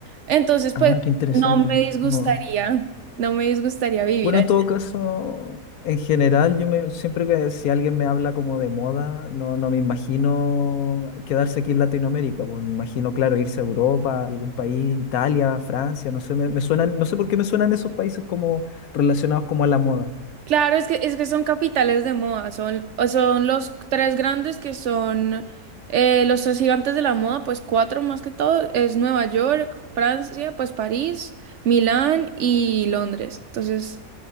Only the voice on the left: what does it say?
Ah,
qué interesante.
No,
Bueno,
en todo caso, en general, yo me, siempre que si alguien me habla como de moda, no, no me imagino quedarse aquí en Latinoamérica, pues me imagino, claro, irse a Europa, algún país, Italia, Francia, no sé, me, me suenan, no sé por qué me suenan esos países como relacionados como a la moda.